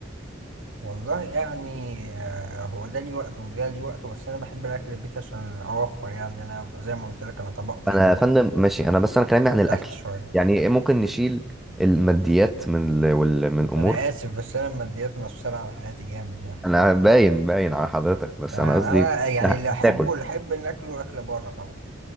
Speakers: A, on the right (about 75°); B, in the centre.
A: والله يعني آه، هو ده لي وقته وده لي وقته بس أنا بحب الأكل البيت عشان أوفر يعني أنا ب- زي ما قلت لك أنا طبقتي
B: انا يا فندم ماشي انا بس انا كلامي عن الاكل
A: تحت شوية
B: يعني إيه، ممكن نشيل الماديات من ال... وال... من الامور
A: أنا آسف بس أنا الماديات مؤثرة على حياتي جامد يعني
B: انا باين باين على حضرتك بس
A: تمام
B: انا قصدي
A: أنا
B: إيه؟
A: يعني
B: لا،
A: اللي أحبه
B: هتاكل
A: اللي أحب إن أكله أكل بره طبعا